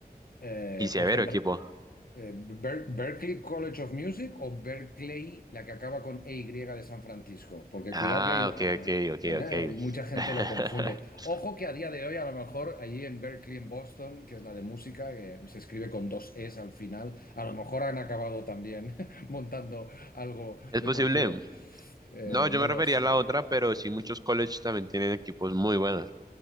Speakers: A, on the left; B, on the right.
A: Eh,
B: Y severo
A: pues tendrá.
B: equipo.
A: Eh, Ber- Berklee College of Music o Berkeley, la que acaba con e y de San Francisco, porque
B: Ah,
A: cuidado que hay,
B: ok,
A: ah,
B: ok, ok,
A: ah,
B: ok.
A: eh, mucha gente
B: <laughs>
A: lo confunde. Ojo que a día de hoy, a lo mejor allí en Berkeley, en Boston, que es la de música, que se escribe con dos Es al final, a lo mejor han acabado también <laughs> montando algo
B: Es
A: deportivo.
B: posible.
A: Eh,
B: No, yo
A: no
B: me refería
A: los, eh,
B: a la otra, pero sí muchos colleges también tienen equipos muy buenos.